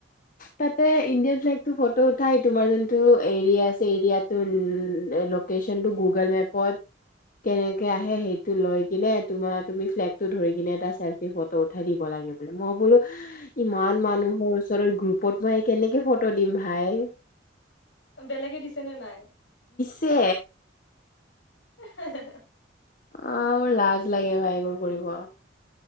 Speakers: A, on the left; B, on the left.
A: তাতে ইণ্ডিয়ান ফ্লেগটো ফটো উঠাই তোমাৰ যোনটো এৰিয়া আছে এৰিয়াৰটোৰ লোকেচনটো গুগল মেপত কেনেকে আহে সেইটো লৈ কিনে তোমাৰ তুমি ফ্লেগটো ধৰি কিনে এটা চেলফি ফটো উঠাই দিব লাগে। মই বোলোঁ ইমান মানুহৰ ওচৰৰত গ্ৰুপত মই কেনেকে ফটো দিম ভাই।
B: বেলেগে দিছে নে নাই।
A: যে
B: হে হে
A: অহ মোৰ লাজ লাগে ভাই এইবোৰ কৰিব।